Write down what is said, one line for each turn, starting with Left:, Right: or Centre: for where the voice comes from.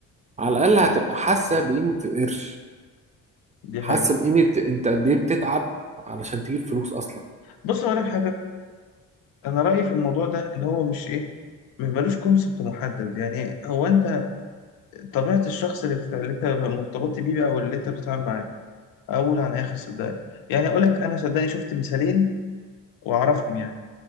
Right: على الاقل هتبقى حاسه بقيمه القرش
Left: دي
Right: حاسه
Left: حقيقة
Right: بقيمه انت قد ايه بتتعب علشان تجيب فلوس اصلا
Left: بص أقول لك حاجة انا رايي في الموضوع ده ان هو مش ايه مش ملوش كونسبت محدد يعني هو انت طبيعه الشخص اللي, بتتع... اللي انت مرتبط بيه بقى او اللي انت بتتعامل معاه اول عن اخر صدقني يعني اقول لك انا صدقني شفت مثالين واعرفهم يعني